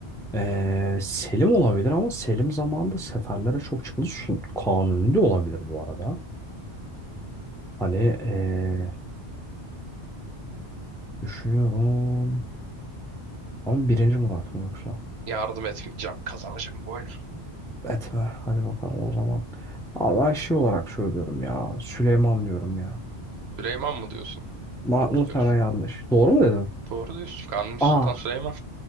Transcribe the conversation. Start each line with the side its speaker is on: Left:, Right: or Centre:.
Centre: Ee, Selim olabilir ama Selim zamanında seferlere çok çıkıldı. Su, Kanuni de olabilir bu arada. Hani ee, düşünüyorum. Ama birinci Murat mı yoksa?
Right: Yardım etmeyeceğim. Kazanacağım bu oyunu.
Centre: Etme. Hadi bakalım o zaman. Abi ben şey olarak söylüyorum ya. Süleyman diyorum ya.
Right: Süleyman mı diyorsun?
Centre: Ma
Right: Doğru
Centre: muhtemelen
Right: diyorsun.
Centre: yanlış. Doğru mu dedim?
Right: Doğru diyorsun. Kanuni Sultan
Centre: Aa.
Right: Süleyman.